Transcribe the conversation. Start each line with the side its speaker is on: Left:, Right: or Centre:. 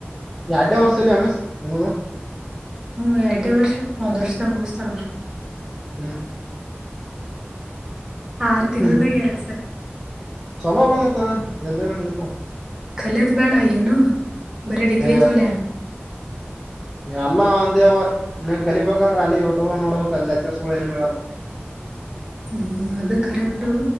Centre: ಎರಡ್ಡೇ ವರ್ಸದ ಎಮ್ ಎಸ್ ನಿಮಗ.
Right: ಹು ಎರಡನೆ ವರ್ಷ ಒಂದ ವರ್ಷದಾಗ ಮುಗಿಸ್ತಾರ ಅವರು.
Centre: ಹು
Right: ಆರು ತಿಂಗಳದಾಗ
Centre: ಹ್ಮ್
Right: ಎರಡ ಸೇಮ್.
Centre: ಚಲೋ ಅಲ್ಲ ಮತ್ತ ಜಲ್ದಿನ ಮುಗಿತಾವು.
Right: ಕಲೆದು ಬೇಡಾ ಏನು. ಬರೀ ಡಿಗ್ರಿ
Centre: ಬೇ
Right: ತೋಲೆ
Centre: ಯಲ್ಲಾ ಒಂದವಾ ನೀ ಕಲಿಬೇಕಂದ್ರ ಅಲ್ಲಿ ಯೂಟ್ಯಬ್ದಾಗ ನೋಡಕ್ ಅಲ್ಲಿ ಲಚ್ಚರ್ಸ್ಗುಳು ಏನ ಹೇಳಲ್ಲ.
Right: ಹು ಅದ ಕರೆ ಬಿಡ.